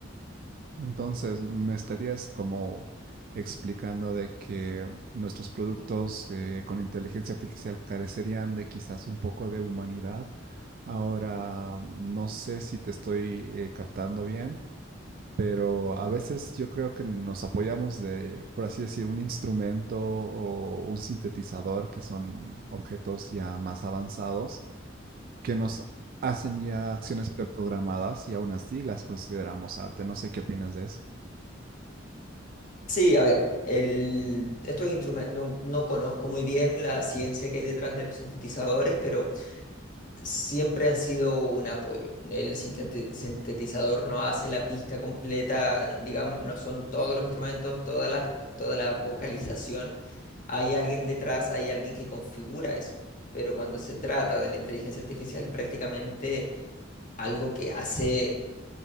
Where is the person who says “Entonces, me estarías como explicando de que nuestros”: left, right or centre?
Right